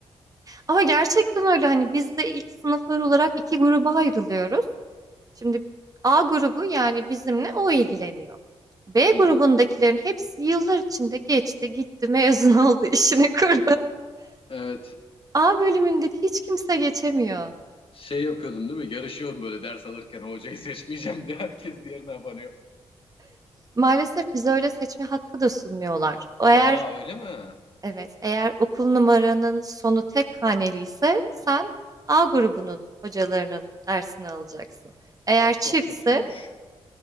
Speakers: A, on the right; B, on the left.
A: Ama gerçekten öyle hani biz de ilk sınıflar olarak iki gruba ayrılıyoruz. Şimdi A grubu yani bizimle o ilgileniyor. B grubundakilerin
B: <laughs> Hı hı.
A: hepsi yıllar içinde geçti, gitti, mezun oldu, <laughs> işini kurdu.
B: Evet.
A: A bölümündeki hiç kimse geçemiyor.
B: Şey yapıyordun değil mi? Yarışıyorsun böyle ders alırken "O hocayı seçmeyeceğim diye herkes diğerine abanıyor.
A: Maalesef bize öyle seçme hakkı da sunmuyorlar. Eğer
B: Aa öyle mi?
A: evet, eğer okul numaranın sonu tek haneli ise sen A grubunun hocalarının dersini alacaksın. Eğer
B: O çok
A: çiftse
B: kötüymüş.